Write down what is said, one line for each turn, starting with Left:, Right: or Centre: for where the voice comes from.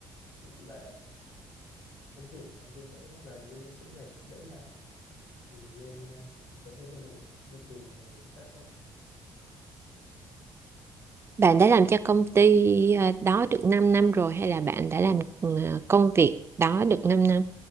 Left: rất là thân thiện và vui vẻ và luôn luôn sẵn sàng giúp đỡ nhau Ừ, nên ờ, mình cảm thấy đây là một môi trường làm việc khá tốt
Right: Bạn đã làm cho công ty ờ, đó được 5 năm rồi hay là bạn đã làm ờ, công việc đó được 5 năm?